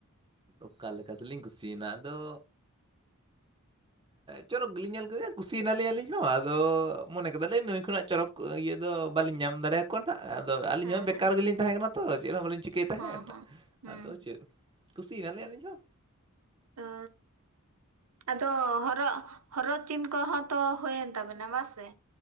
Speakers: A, on the right (about 20°); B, on the right (about 80°).
A: ᱚᱠᱟ ᱞᱮᱠᱟ ᱛᱮᱞᱤᱧ ᱠᱩᱥᱤᱭᱮᱱᱟ ᱟᱫᱚ ᱪᱚᱨᱚᱠ ᱜᱮᱞᱤᱧ ᱧᱮᱞ ᱠᱮᱫᱮᱭᱟ ᱠᱩᱥᱤᱭᱮᱱᱟ ᱞᱤ ᱤᱧ ᱟᱹᱞᱤᱧ ᱦᱚᱸ ᱟᱫᱚ ᱢᱚᱱᱮ ᱠᱮᱫᱟ ᱞᱤᱧ ᱱᱩᱭ ᱠᱷᱚᱱᱟᱜ ᱪᱚᱨᱚᱠ ᱤᱭᱟᱹ ᱫᱚ ᱵᱟᱞᱤᱧ ᱧᱟᱢ ᱫᱟᱲᱮᱭᱟ ᱠᱚᱣᱟ ᱟᱸᱜ ᱟᱫᱚ ᱟᱹᱞᱤᱧ
B: ᱦᱮᱸ
A: ᱦᱚᱸ ᱵᱮᱠᱟᱨ
B: ᱦᱮᱸ
A: ᱜᱮᱞᱤᱧ ᱛᱟᱦᱮᱸ ᱠᱟᱱᱟ ᱛᱚ ᱪᱮᱫ ᱦᱚᱸ ᱵᱟᱹᱞᱤᱧ ᱪᱤᱠᱟᱹᱭᱮᱫ ᱛᱟᱦᱮᱸᱫ
B: ᱦᱚᱸ ᱦᱚᱸ ᱦᱩᱸ
A: ᱟᱫᱚ ᱪᱮᱫ ᱠᱩᱥᱤ ᱭᱮᱱᱟ ᱞᱤᱧ ᱟᱞᱤᱧ ᱦᱚᱸ
B: ᱚ ᱟᱫᱚ ᱦᱚᱨᱚᱜ ᱦᱚᱨᱚᱜ ᱪᱤᱱ ᱠᱚᱦᱚᱸ ᱛᱚ ᱦᱩᱭᱮᱱ ᱛᱟᱵᱮᱱᱟ ᱵᱟᱝᱥᱮ